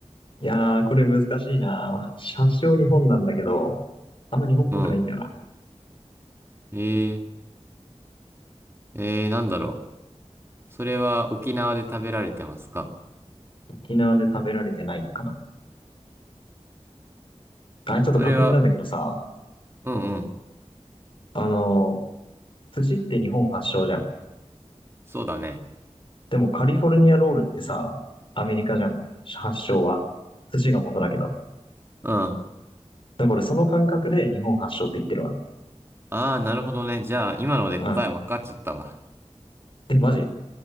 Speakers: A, on the left; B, on the right.
A: いやー、これ難しいな。発祥日本なんだけど、あんま日本っぽくないんだよな。
B: う。うん。えー、えー、なんだろう。それは沖縄で食べられてますか
A: 沖縄で食べられてないかな。あ、ちょっと確認なんだけどさ、
B: それは、うんうん。
A: あの、寿司って日本発祥じゃん。
B: そうだね。
A: でもカリフォルニアロールってさ、アメリカじゃん。発祥は。寿司が元だけど。
B: うん。あ
A: だからその感覚で日本発祥って言ってるわ。
B: あ、なるほどね。じゃあ、今ので答え分かっちゃったわ。
A: うん。え、マジ